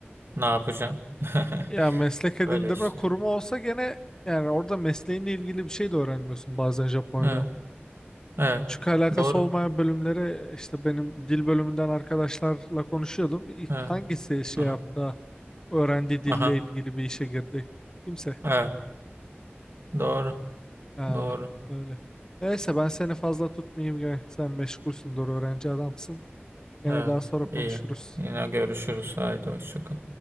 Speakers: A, on the right; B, on the left.
A: ne yapacaksın? <laughs>
B: ya meslek edindirme
A: Öyle işte.
B: kurumu olsa gene yani orada mesleğinle ilgili bir şey de öğrenmiyorsun bazen Japonya'da.
A: Evet. Evet.
B: Küçük alakası
A: Doğru.
B: olmayan bölümlere işte benim dil bölümünden arkadaşlarla konuşuyordum. İlk
A: Evet.
B: Hangisi şey
A: Aha.
B: yaptı? Öğrendiği dille
A: Aha.
B: ilgili bir işe girdi. Kimse.
A: Evet. Doğru.
B: Aa,
A: Doğru.
B: öyle. Neyse ben seni fazla tutmayayım. ya. Sen meşgulsündür, öğrenci adamsın. Yine
A: Evet,
B: daha sonra konuşuruz.
A: iyi. Yine görüşürüz. Haydi hoşça kal.